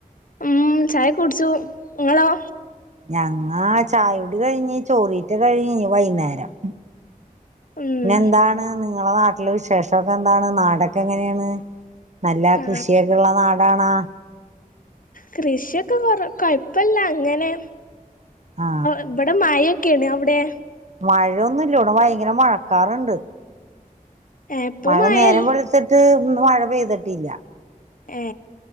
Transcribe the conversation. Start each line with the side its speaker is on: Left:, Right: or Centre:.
Left: ഉം ചായൊക്കെ കുടിച്ചു ഇങ്ങളോ
Right: ഞങ്ങാ ചായുടി കഴിഞ്ഞ് ചോറീറ്റ കഴിഞ്ഞ് ഇനി വൈകുന്നേരം
Left: ഉം
Right: പിന്നെ എന്താണ് നിങ്ങളെ നാട്ടില് വിശേഷമൊക്കെ എന്താണ് നാടക്കെ എങ്ങനെയാണ് നല്ല
Left: ആ
Right: കൃഷിയൊക്കെ ഉള്ള നാടാണാ
Left: കൃഷിയൊക്കെ കൊറ കുഴപ്പല്ല അങ്ങനെ
Right: ആ
Left: ഇവിടെ മഴെ ക്കെണ് അവിടെ
Right: മഴയൊന്നുല്ല ഇവിടെ ഭയങ്കര മഴക്കാറുണ്ട്
Left: ഏ ഇപ്പൊ
Right: മഴ
Left: മഴൽ
Right: നേരം വെളു ത്തിട്ട് ഇന്ന് മഴ പെയ്തിട്ടില്ല
Left: ഏ